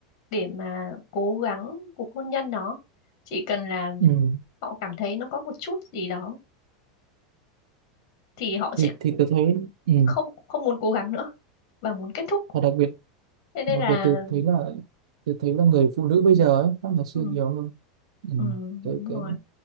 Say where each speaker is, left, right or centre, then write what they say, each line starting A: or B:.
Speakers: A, on the left; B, on the right.
A: để mà cố gắng cuộc hôn nhân đó chỉ cần là
B: Ừ.
A: họ cảm thấy nó có một chút gì đó thì họ sẽ
B: thì thì tôi thấy ừ.
A: không không muốn cố gắng nữa và muốn kết thúc
B: và đặc biệt
A: thế nên
B: Đặc
A: là
B: biệt tôi thấy là tôi thấy là người phụ nữ bây giờ ấy, khác ngày xưa
A: ừ,
B: nhiều hơn. Ừ.
A: ừ,
B: Cái,
A: đúng rồi
B: cái,